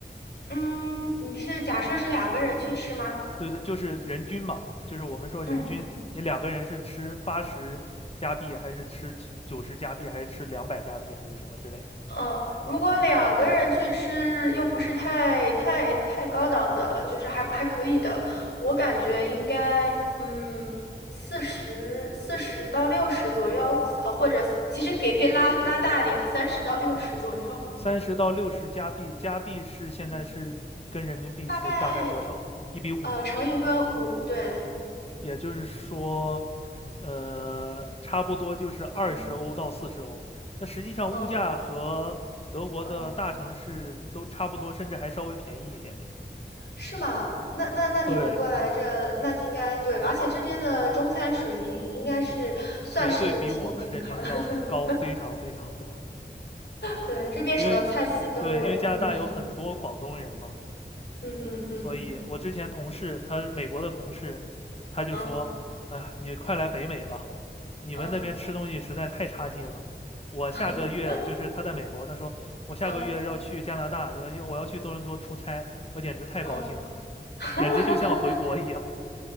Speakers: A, on the left; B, on the left.
A: 嗯，你是假设是两个人去吃吗？
B: 对对，就是人均嘛，就是我们说人均，
A: 嗯。
B: 你两个人是吃八十加币，还是吃九十加币，还是吃两百加币，还是什么之类？
A: 嗯，如果两个人去吃，又不是太太太高档的，就是还还可以的，我感觉应该，嗯，四十四十到六十左右，呃，或者其实也可以拉拉大一点，三十到六十左右
B: 三十到六十加币，加币是现在是跟人民币是大概多少？
A: <laughs>，嗯，大概
B: 一比五，
A: 呃乘一个五，对，
B: 也就是说，呃，差不多就是二十欧到四十欧。
A: 嗯，
B: 那实际上物价和德国的大城市都差不多，
A: 哦，嗯，
B: 甚至还稍微便宜一点点。
A: 是吗？那那那你们过来这，
B: 对，
A: 那你应该对，而且这边的中餐水平应该是算是挺挺好的。
B: 绝对比我们这边要高非常非常多。
A: <laughs> 对，这边什么菜系都有，
B: 因为对，因为加拿大有很多广东人嘛，
A: 嗯嗯嗯嗯
B: 所以我之前同事，他美国的同事，他就说：
A: 嗯
B: “啊，你快来北美吧，你们那边吃东西实在太差劲了。”我下个月就是他在美国，
A: 嗯嗯
B: 他说我下个月要去加拿大，
A: 嗯
B: 就我要去多伦多出差，我简直太高兴了，
A: 嗯，<laughs>
B: 简直就像回国一样。